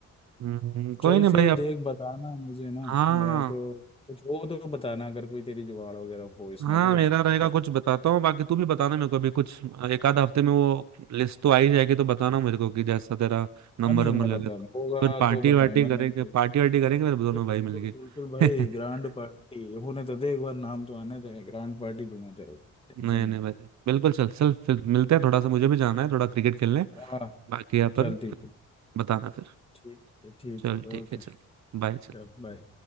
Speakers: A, on the right; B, on the left.
A: हम्म, कोई
B: चल
A: नहीं
B: फिर
A: भाई
B: देख
A: अब
B: बताना मुझे ना
A: हाँ
B: मैं तो कुछ हो तो बताना अगर कोई तेरी जुगाड़ वगैरह हो इसमें
A: हाँ
B: तो
A: मेरा रहेगा
B: बाकी
A: कुछ बताता हूँ बाकी तू भी बताना मेरे को भी कुछ एक आध हफ्ते में वो लिस्ट तो आ ही जाएगी तो बताना मेरे को कि जैसा तेरा नंबर
B: हाँ नहीं
A: नंबर
B: मैं
A: लगे
B: बताना
A: तो
B: होगा
A: फिर पार्टी
B: तो बताऊंगा
A: वार्टी करेंगे
B: नहीं तो
A: पार्टी वार्टी करेंगे फिर दोनों
B: अरे
A: भाई
B: बिल्कुल
A: मिलके
B: बिल्कुल भाई
A: <laughs>
B: ग्रैंड पार्टी होने तो दे एक बार नाम तो आने दे ग्रैंड पार्टी दूंगा तेरे को टेंशन
A: नहीं नहीं
B: मत
A: भाई बिल्कुल चल चल फिर मिलते हैं थोड़ा सा मुझे भी जाना है थोड़ा क्रिकेट खेलने
B: हाँ
A: बाकी यहाँ
B: चल
A: पर
B: ठीक है
A: बताना फिर
B: ठीक है ठीक
A: चल
B: है
A: ठीक
B: ओके
A: है चल
B: चल
A: बाय चल
B: बाय